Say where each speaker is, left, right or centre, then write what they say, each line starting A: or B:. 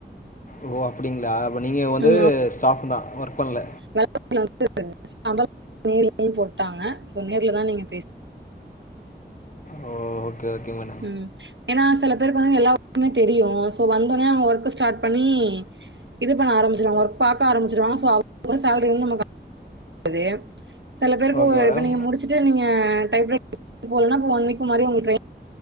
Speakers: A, on the left; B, on the right.
A: ஓ அப்டிங்களா அப்போ நீங்க வந்து
B: ம்
A: ஸ்டாஃப் தா ஒர்க் பண்ல
B: <inaudible> போட்டாங்க சோ நேர்லதா நீங்க பேசணு
A: ஓ ஓகே ஓகே மேடம்
B: ம் ஏனா சில பேருக்கு வந்து எல்லா வர்க்குமே தெரியு சோ வந்தோனே அவுங்க ஒர்க்க ஸ்டார்ட் பண்ணி இது பண்ண ஆரம்பிச்சிருவாங்க ஒர்க் பாக்க ஆரம்பிச்சிருவாங்கோ சோ அவுங்க சேல்ரி வந்து நமக்கு <unintelligible> சில பேருக்கு
A: ஓகே மேடம்.
B: இப்ப நீங்க முடிச்சிட்டு நீங்க டைப்ரெட்டிங் போலனா ஒன் வீக் மாரி உங்களுக் ட்ரைனிங்